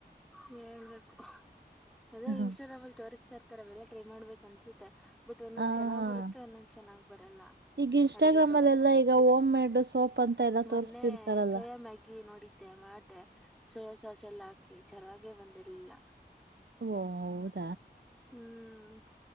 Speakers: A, in the centre; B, on the right.
A: ಹೇಳ್ಬೇಕು ಅದೇ
B: ಹ
A: ಇನ್ಸೂರ್ವೆಲ್ ತೋರಿಸತಾ ಇರ್ತ. ಈ ತರವೆೆಲ್ಲ ಟ್ರೈ ಮಾಡ್ಬೇಕ ಅನ್ಸುತ್ತೆ ಬಟ್ ಒಂದೊಂದ್
B: ಹಾ
A: ಚೆನ್ನ್ ಬರುತ್ತೆ ಒಂದೊಂದ್ ಚೆನ್ನಾಗ್ ಬರಲ್ಲ.
B: ಈಗ ಇನ್ಸ್ಟಾಗ್ರಾಮ್
A: ಅಡಿಗೆಗಳು
B: ಅಲ್ಲೆಲ್ಲಾ ಈಗ ಹೋಮ್ ಮೇಡ್ ಸೋಪ್ ಅಂತ ಎಲ್ಲಾ
A: ಮೊನ್ನೆ
B: ತೋರ್ಸ್ತಿರ್ತಾರಲ್ಲ
A: ಸೋಯಾ ಮ್ಯಾಗಿ ನೋಡಿದ್ದೆ. ಮಾಡ್ದೆ ಸೊಹಸಾಸಲ್ ಹಾಕಿ ಚೆನ್ನಾಗೆ ಬಂದಿರ್ಲಿಲ್ಲ
B: ಓ ಹೌದು
A: ಹ್ಮ್